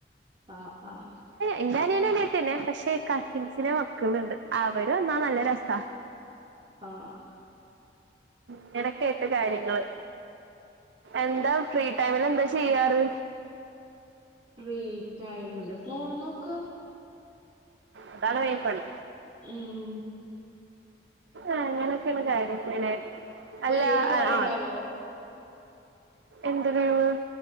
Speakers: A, on the right; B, on the right.
A: ആഹ് ആഹ്
B: എന്റെ അനിയനും അനിയത്തിയും തന്നെ പക്ഷെ കസിൻസിന്റെ മക്കളുണ്ട് അര് വന്നാ നല്ല രസാ <inaudible>
A: ആഹ്
B: ഇങ്ങനൊക്കെ ആട്ട് കാര്യങ്ങള് എന്താ ഫ്രീ ടൈമിൽ എന്താ ചെയ്യാറ്
A: ഫ്രീ ടൈമില് ഫോണ് നോക്കും
B: അതാണ് മെയിൻ പണി
A: ഉം
B: ആഹ് അനൊക്കെയാണ് കാര്യങ്ങള് അല്ല
A: ലീവ് കൊറെ
B: ആഹ്
A: ഉണ്ടാവോ
B: എന്ത് ഗെയിം